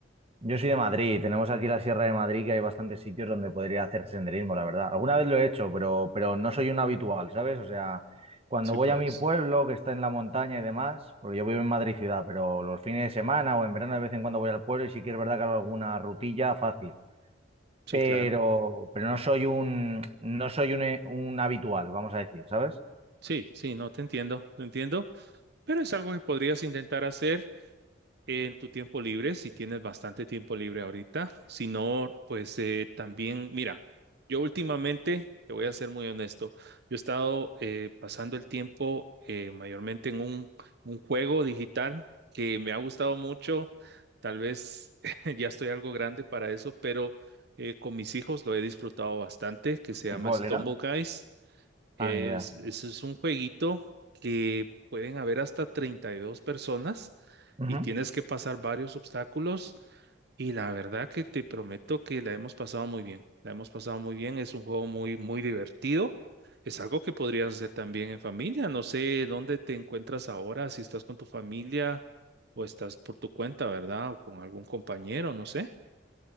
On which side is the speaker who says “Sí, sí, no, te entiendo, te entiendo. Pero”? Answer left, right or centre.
Right